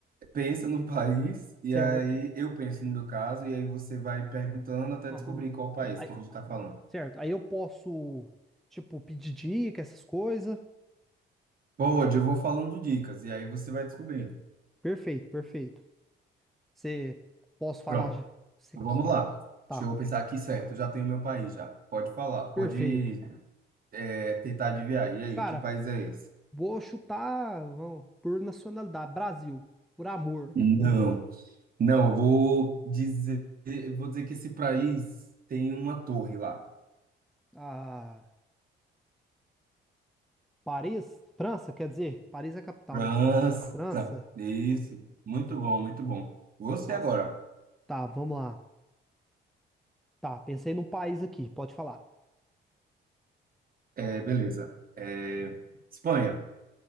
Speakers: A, on the right; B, in the centre.
A: pensa no país e
B: Certo.
A: aí eu penso no meu caso e aí você vai perguntando até
B: Aham.
A: descobrir qual país
B: Aí,
A: que a gente está falando.
B: certo. Aí eu posso, tipo, pedir dica, essas coisas.
A: Pode, eu vou falando dicas e aí você vai descobrindo.
B: Perfeito, perfeito. Você posso falar
A: Pronto.
B: já? Você-
A: Então, Vamos lá.
B: tá,
A: Deixa eu pensar aqui certo. Eu já tenho meu país já. Pode falar, pode
B: perfeito.
A: é, tentar adivinhar. E aí,
B: Cara,
A: que país é esse?
B: vou chutar vamos, por nacionalidade, Brasil, por amor.
A: Não,
B: <laughs> Uhum.
A: não, eu vou dizer, eu vou dizer que esse país tem uma torre lá.
B: Ah, Paris, França, quer dizer, Paris é a capital,
A: França.
B: né? França.
A: Isso. Muito bom, muito bom. Você
B: Nossa,
A: agora.
B: tá, vamos lá. Tá, pensei num país aqui, pode falar.
A: É, beleza. É, Espanha,